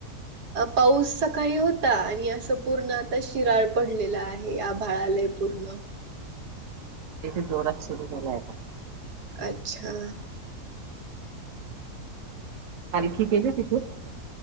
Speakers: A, on the right (about 85°); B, on the right (about 55°).
A: पाऊस सकाळी होता आणि असं पूर्ण आता शिराळ पडलेला आहे आ भाळालय पूर्णम
B: थे जोरात सुरू झालायता
A: अच्छा.
B: पालखी गेली तिथून?